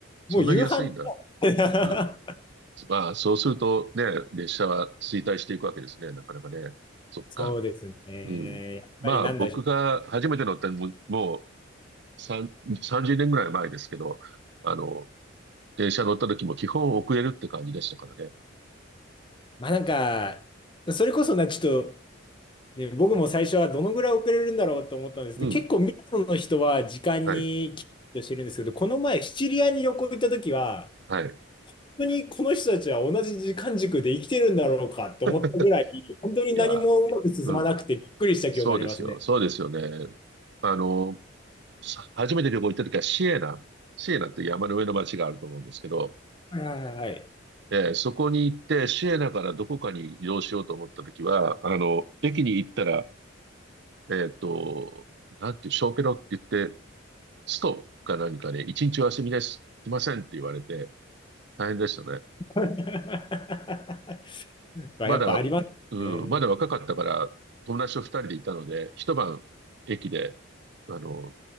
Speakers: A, on the right; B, on the left.
A: そんなに安いんだ。
B: もう夕飯の <laughs>
A: うん。まあ、そうするとね、列車は衰退していくわけですね、なかなかね。そっか。
B: そうですね。
A: うん。
B: やっぱりなんだでしょう。
A: まあ、僕が初めて乗ったのも、もう3、30年ぐらい前ですけど、あの、電車乗った時も基本遅れるって感じでしたからね。
B: まあなんか、それこそな、ちょっと、で、僕も最初はどのぐらい遅れるんだろうと思ったんですけど、
A: うん。
B: 結構ミラノの人は時間にきっとしてるんですけど、
A: はい。
B: この前シチリアに旅行行った時は、
A: はい。
B: 本当にこの人たちは同じ時間軸で生きてるんだろうかと思ったぐらい、
A: <laughs>
B: 本当に何もうまく進まなくてびっくりした記憶がありますね。
A: いや、うん。そうですよ。そうですよね。あの、さ初めて旅行行った時はシエナ。シエナって山の上の町があると思うんですけど、
B: はいはいはい。
A: えーそこに行って、シエナからどこかに移動しようと思ったときは、あの、駅に行ったら、えっと、なんていう、小ペロって言って、ストか何かね、一日お休みです。来ませんって言われて、大変でしたね。
B: <laughs> まあ、
A: まだ、
B: やっぱありますね。
A: うん、まだ若かったから、友達と二人でいたので、一晩駅で、あの、